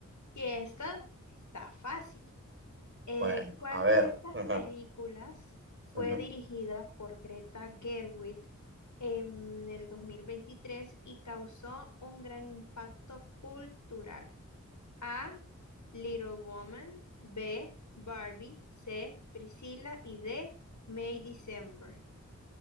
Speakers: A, on the left (about 65°); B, on the right (about 40°).
A: Y esta está fácil. Eh,
B: Bueno,
A: ¿cuál
B: a ver.
A: de estas
B: Ajá,
A: películas fue
B: ujú.
A: dirigida por Greta Gerwig en el 2023 y causó un gran impacto cultural? A. Little Woman, B. Barbie, C. Priscilla y D. May December.